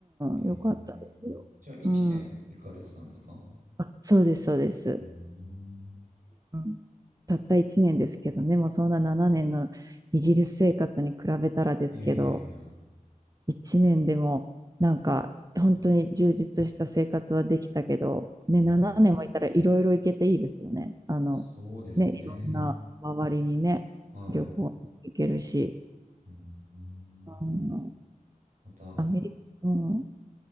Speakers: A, on the right; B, on the right.
A: ええ。
B: ん、よかったですよ。
A: じゃあ、一年行かれてたんですか
B: うん。あ、そうです、そうです。
A: うーん。
B: うん、たった1年ですけどね、もうそんな7年のイギリス生活に比べたらですけど、
A: いやいやいや。
B: 一年でもなんか本当に充実した生活はできたけど、
A: うん、
B: ね、7年もいたらいろいろ行けていいですよね。あの、
A: そうですね。
B: ね、いろんな周りにね、
A: はい。
B: 旅行行けるし、
A: うーん。
B: うん、
A: また、
B: アメリカ、うん、